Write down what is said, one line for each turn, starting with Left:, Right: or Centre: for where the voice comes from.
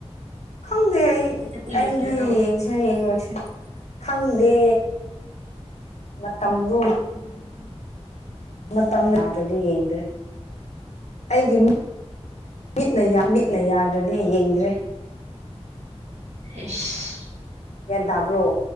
Left: ꯈꯪꯗꯦ ꯑꯩ
Right: ꯅꯪꯗꯤ
Left: ꯑꯩꯗꯤ
Right: ꯌꯦꯡꯒꯦꯔꯣ
Left: ꯌꯦꯡꯁꯤꯔ ꯌꯦꯡꯉꯣꯢꯁꯤꯔ ꯈꯪꯗꯦ ꯃꯇꯝꯗꯨ
Right: <unintelligible>
Left: ꯃꯇꯝ ꯌꯥꯗ꯭ꯔꯗꯤ ꯌꯦꯡꯗ꯭ꯔꯦ ꯑꯩꯒꯤ ꯃꯤ ꯃꯤꯠꯅ ꯃꯤꯠꯅ ꯌꯥꯗ꯭ꯔꯗꯤ ꯌꯦꯡꯗ꯭ꯔꯦ
Right: ꯏꯁ
Left: ꯒ꯭ꯌꯥꯟ ꯇꯥꯕ꯭ꯔꯣ